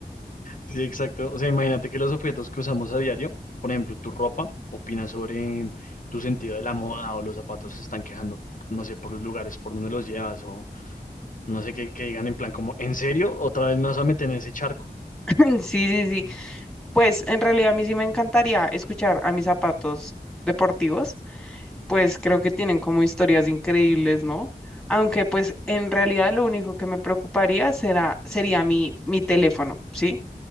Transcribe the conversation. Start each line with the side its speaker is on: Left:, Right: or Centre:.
Left: sí, exacto. O sea, imagínate que los objetos que usamos a diario, por ejemplo, tu ropa, opina sobre tu sentido de la moda o los zapatos se están quejando, no sé, por los lugares por donde los llevas o no sé, que, que digan en plan como, ¿en serio? ¿Otra vez me vas a meter en ese charco?
Centre: <laughs> Sí, sí, sí. Pues en realidad a mí sí me encantaría escuchar a mis zapatos deportivos, pues creo que tienen como historias increíbles, ¿no? Aunque pues en realidad lo único que me preocuparía será, sería mi, mi teléfono, ¿sí?